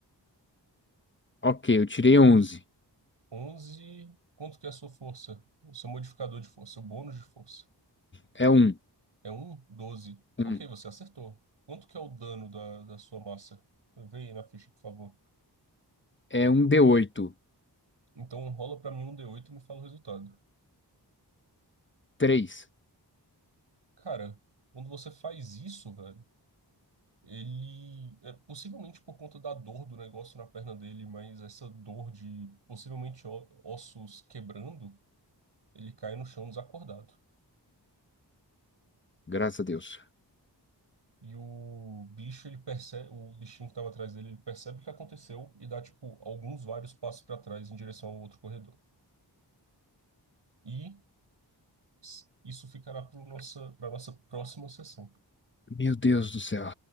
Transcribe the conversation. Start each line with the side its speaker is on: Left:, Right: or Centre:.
Left: Ok, eu tirei onze.
Right: 11. Quanto que é a sua força? O seu modificador de força, o bônus de força.
Left: É um.
Right: É um 12.
Left: Um.
Right: Ok, você acertou. Quanto que é o dano da, da sua massa? Vê aí na ficha, por favor.
Left: É um d oito
Right: Então rola pra mim um D8 e me fala o resultado.
Left: Três.
Right: Cara, quando você faz isso, velho, ele é possivelmente por conta da dor do negócio na perna dele, mas essa dor de possivelmente ó- ossos quebrando, ele cai no chão desacordado.
Left: Graças a Deus.
Right: E o bicho, ele percebe, o bichinho que estava atrás dele, ele percebe o que aconteceu e dá tipo alguns vários passos para trás em direção ao outro corredor. E s- isso ficará para nossa para nossa próxima sessão.
Left: Meu Deus do céu.